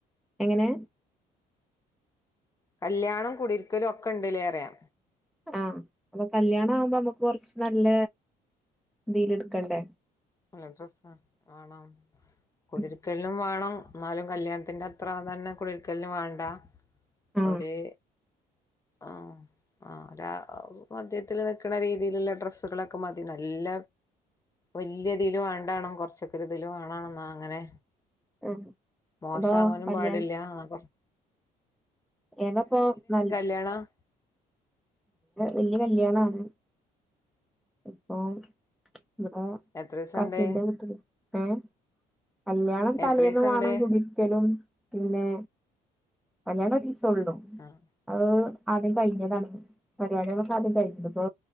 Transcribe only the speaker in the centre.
എങ്ങനെ.
ആഹ് അപ്പൊ കല്യാണം ആവുമ്പോ നമ്മുക്ക് കൊറച്ച് നല്ല ഇതിൽ എടുക്കണ്ടേ.
ഉം
ആഹ്
ഉം
അപ്പൊ കല്യാണം
ഏതാപ്പോ നാ
വല്യ കല്യാനാണ് ഇപ്പൊ ഇവിടെ
കസിന്റെ
വീട്ടില് ഏ കല്യാണം തലേന്ന്
വേണം
കൂടി ഒരിക്കലും പിന്നെ കല്യാണ ഒറീസ ഉള്ളു
അ ആദ്യം കഴിഞ്ഞതാണ് പരിപാടികളൊക്കെ ആദ്യം കഴിഞ്ഞത് ഇപ്പൊ